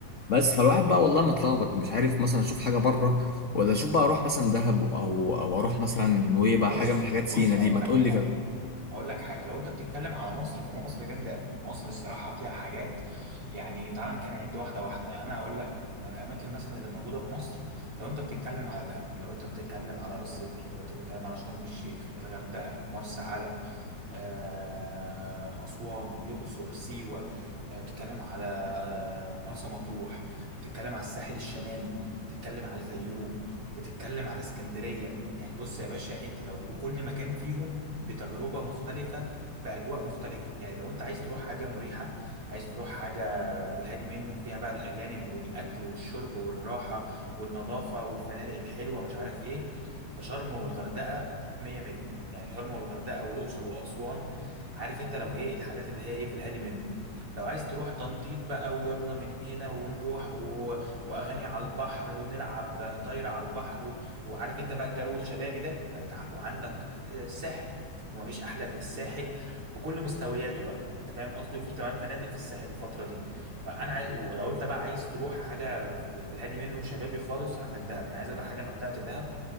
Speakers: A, on the left (about 40°); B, on the right (about 45°).
A: بس فالواحد بقى والله متلخبط مش عارف مثلا اشوف حاجه بره ولا اشوف بقى اروح مثلا دهب او او اروح مثلا نويبع
B: بص
A: حاجه من حاجات سينا
B: بص هقول
A: دي ما
B: لك
A: تقول
B: حاجه
A: لي كده
B: اقول لك حاجه لو انت بتتكلم على مصر فمصر جامده قوي مصر الصراحه فيها حاجات يعني تعال كده نعد واحده واحده انا هقول لك من الاماكن مثلا اللي موجوده في مصر لو انت بتتكلم على دهب لو انت بتتكلم على راس سدر لو انت بتتكلم على شرم الشيخ الغردقه مرسى علم آه، اسوان الاقصر سيوه آه، بتتكلم على آه، مرسى مطروح بتتكلم على الساحل الشمالي بتتكلم على الفيوم بتتكلم على اسكندريه يعني بص يا باشا انت لو وكل مكان فيهم بتجربة مختلفة بأجواء مختلفة يعني لو أنت عايز تروح حاجة مريحة عايز تروح حاجة في الهادي منه فيها بقى الأجانب والأكل والشرب والراحة والنظافة والفنادق الحلوة مش عارف إيه فشرم والغردقة مية مية يعني شرم والغردقة والأقصر وأسوان عارف أنت لو إيه الحاجات اللي هي إيه في الهادي منه لو عايز تروح تنطيط بقى ويلا من هنا ونروح و... وأغاني على البحر ونلعب طايرة على البحر و... وعارف انت بقى الجو الشبابي ده فانت ع- وعندك الساحل ومفيش احلى من الساحل بكل مستوياته بقى انت فاهم قصدي وفي كمان فنادق في الساحل الفتره دي فانا عايز ولو انت بقى عايز تروح حاجه في, ال... في الهادي منه وشبابي خالص عندك دهب انا عايز اقول لك حاجه انا طلعت دهب